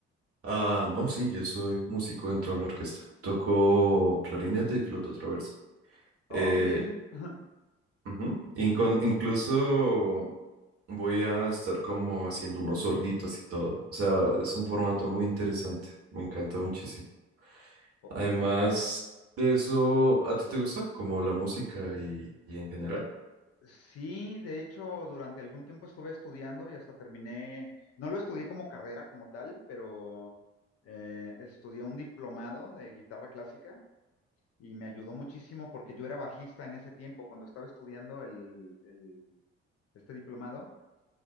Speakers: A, on the right; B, on the left.
A: Ah, no, sí, yo soy músico dentro de la orquesta. Toco clarinete y flauta traversa. Eh,
B: Oh, qué bien. <laughs>
A: ujú, incon- incluso voy a estar como haciendo unos solitos y todo. O sea, es un formato muy interesante. Me encanta muchísimo.
B: Oh.
A: Además de eso, ¿a ti te gusta como la música y, y en general?
B: Sí, de hecho, durante algún tiempo estuve estudiando y hasta terminé, no lo estudié como carrera como tal, pero eh, estudié un diplomado de guitarra clásica y me ayudó muchísimo porque yo era bajista en ese tiempo, cuando estaba estudiando el, el- este diplomado,